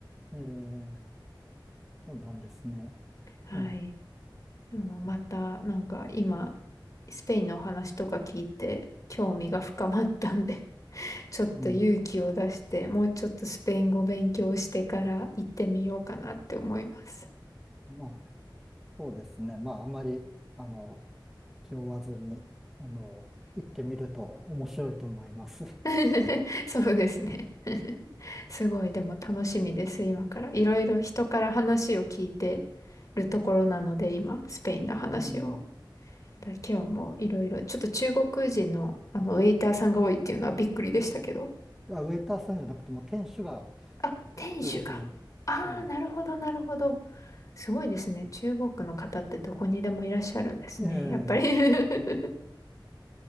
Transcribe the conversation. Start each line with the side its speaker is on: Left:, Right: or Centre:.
Centre: ええ、そうなんですね。
Left: はい。
Centre: ええ
Left: あの、また、
Centre: うん
Left: なんか今、スペインのお話とか聞いて、興味が深まったんでちょっと勇気を出して、
Centre: うん。
Left: もうちょっとスペイン語勉強してから行ってみようかなって思います。
Centre: まあ、そうですね。まあ、あまり、あの、気負わずに、あの、行ってみると面白いと思います。
Left: <laughs> そうですね。<laughs> すごい、でも楽しみです、今から。いろいろ人から話を聞いてるところなので、今、スペインの話を。
Centre: うん。
Left: だ今日もいろいろ、ちょっと中国人の、あの、ウェイターさんが多いっていうのはびっくりでしたけど。
Centre: あ、ウェイターさんじゃなくても、店主が
Left: あ、店主が。
Centre: 中国人。
Left: ああ、
Centre: ええ。
Left: なるほど、なるほど。すごいですね。中国の方ってどこにでもいらっしゃるんですね。
Centre: ええ。
Left: やっぱり <laughs>